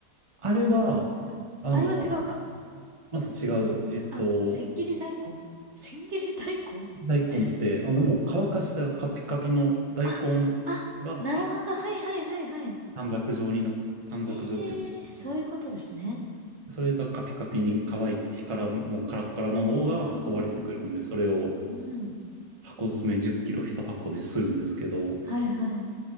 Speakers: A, on the right (about 20°); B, on the right (about 40°).
A: あれは、
B: うん。
A: あの、
B: あれは違うか。
A: また違う。えっと、
B: あ、千切り大根千切り大根
A: 大根って、
B: <laughs>
A: あの、もう乾かしたカピカピの大根が
B: あ、あ、なるほど。はいはいはいはい。
A: 短冊状にな、短冊状っていうんですかね。
B: ええー、そういうことですね。
A: それがカピカピに乾いて、火からもうカラッカラの方が運ばれてくるんで、
B: うんうん
A: それを
B: うん。うん。
A: 箱詰め10キロ1箱でするんですけど、
B: はいはい。